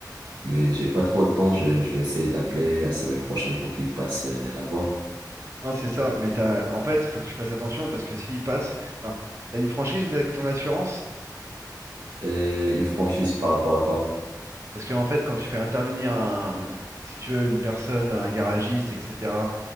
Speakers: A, on the right (about 75°); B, on the right (about 40°).
A: Mais j'ai pas trop de temps, je, je vais essayer de l'appeler la semaine prochaine pour qu'il passe euh, la voir.
B: Non, c'est ça. Mais t'as, en fait, faut que tu fasses attention parce que s'il passe, enfin, t'as une franchise avec ton assurance.
A: Et une franchise par rapport à quoi?
B: Parce que en fait, quand tu fais intervenir un, si tu veux, une personne, un garagiste, etc.